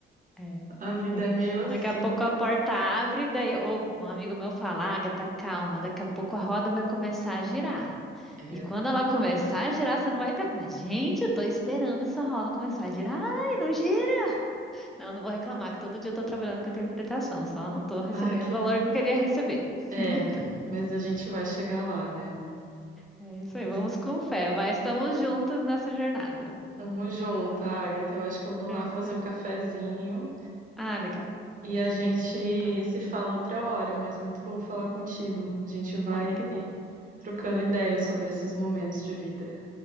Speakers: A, in the centre; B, on the right.
A: É,
B: A vida
A: é.
B: é meio assim.
A: Daqui a pouco a porta abre, daí ô, um amigo meu fala, Agatha, calma, daqui a pouco a roda vai começar a girar.
B: É.
A: E quando ela começar a girar, você não vai estar. Mas, gente, eu tô esperando essa roda começar a girar. Ai, não gira. Não, não vou reclamar, que todo dia eu tô trabalhando com interpretação, só não tô recebendo
B: Ah, que.
A: o valor que eu queria receber.
B: É,
A: <laughs>
B: mas a gente vai chegar lá, né?
A: Então, é isso aí,
B: Mas
A: vamos com fé, mas estamos juntos nessa jornada.
B: Tamo junto, Agatha. Eu acho que eu vou
A: É
B: lá fazer
A: isso aí.
B: um cafezinho
A: Ah, legal.
B: e a gente
A: Então,
B: se fala outra hora, mas muito bom falar contigo. A gente vai
A: muito bom.
B: trocando ideias sobre esses momentos de vida.